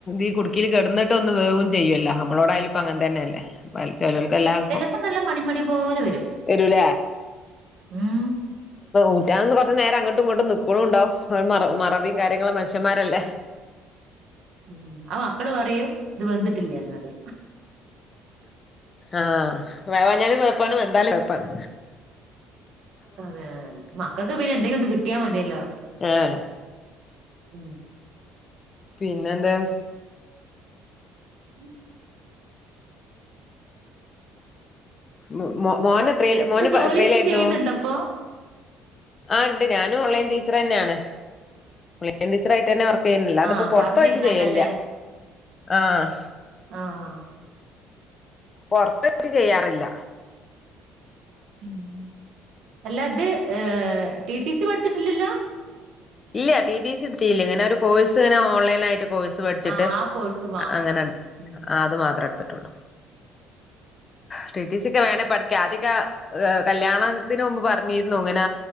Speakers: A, on the left; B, on the right.
A: ഈ കുടുക്കിൽ കിടന്നിട്ടൊന്ന് വേവും ചെയ്യൂല്ലോ നമ്മളോടായാലുംപ്പ അങ്ങനെ തന്നെയ അല്ലേ. ചെലർക്ക് ല്ലാർക്കും
B: ചിലപ്പോ നല്ല മണിമണി പോലെ വരും
A: വരുല
B: ഉം
A: ഊറ്റാന്ന് കുറച്ച് നേരംങ്ങോട്ടും ഇങ്ങോട്ടും നിക്കുന്നു ഉണ്ടാവും. ഒരു മറ മറവികാര്യങ്ങളും മനുഷ്യന്മാരല്ലേ.
B: ഉ ആ മക്കള് പറയൂ ഇത് വന്തിട്ടില്ലന്നറി
A: ആഹ വേവാഞാലും കൊഴപ്പാണ് വെന്താലും കുഴപ്പാണ്.
B: അതെ മക്കൾക്ക് പിന്നെ എന്തെങ്കിലും ഒന്ന് കിട്ടിയാ മതിയല്ലോ
A: ഏഹ്
B: ഉ
A: പിന്നെന്താ
B: <inaudible>
A: മു മൊ മോന് എത്രീ
B: ഇപ്പൊ
A: മോന്പ
B: ജോലി
A: എത്രീലെര്ന്നു?
B: ഇന്നും ചെയ്യുന്നുണ്ടോ അപ്പൊ
A: ആഹ് ഇണ്ട് ഞാനും ഓൺലൈൻ ടീച്ചറന്നേണ് ഓൺലൈൻ ടീച്ചറായിട്ടന്നെ വർ ർക്കഴ്ണില്ല
B: ആഹ്
A: പൊർത്തോയിട്ട്
B: പറഞ്ഞിരുന്നല്ലോല്ലേ
A: ചെയ്യലില്ല ആഹ്
B: ആഹ്
A: പൊർത്തോയിട്ട് ചെയ്യാറില്ല
B: ഉം അല്ല ഇത്. ഏഹ് ട്ടീ ട്ടീ സി പഠിച്ചിട്ടില്ലല്ലൊ?
A: ഇല്ല ട്ടീ ട്ടീസി ഇട്ത്തീല്ല ഇങ്ങന ഒര് കോഴ്സ് ഇങ്ങന ഓൺലൈനായിട്ട് കോയ്സ് പഠ്ച്ച്ട്ട്
B: ആഹ് ആ കോഴ്സ് മാത്രം
A: അങ്ങനെ.
B: ഉം ഉം
A: ആഹ് അത് മാത്രെ എട്ത്തിട്ടൊള്ളു ട്ടീ ട്ടീ സിക്കെ വേണെ പഠിക്ക ആദ്യൊക്കെ ഏഹ് കല്യാണത്തിന് മുമ്പ് പറഞ്ഞീര്ന്നു ഇങ്ങന